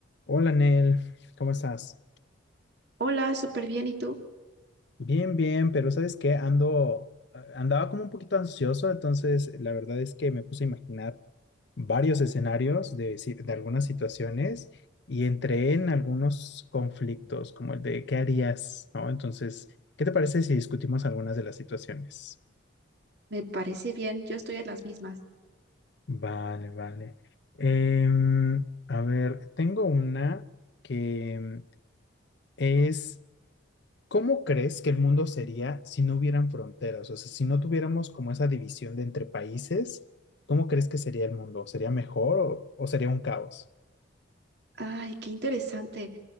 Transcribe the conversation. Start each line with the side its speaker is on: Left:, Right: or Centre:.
Left: Hola, Nel, ¿cómo estás?
Right: Hola, súper bien. ¿Y tú?
Left: Bien, bien, pero ¿sabes qué? Ando, eh, andaba como un poquito ansioso, entonces la verdad es que me puse a imaginar varios escenarios de, si- de algunas situaciones y entré en algunos conflictos, como el de ¿qué harías? ¿No? Entonces, ¿qué te parece si discutimos algunas de las situaciones?
Right: Me parece bien. Yo estoy en las mismas.
Left: Vale, vale. Em, a ver, tengo una que em, es ¿Cómo crees que el mundo sería si no hubieran fronteras? O sea, si no tuviéramos como esa división de entre países, ¿cómo crees que sería el mundo? ¿Sería mejor o, o sería un caos?
Right: Ay, qué interesante.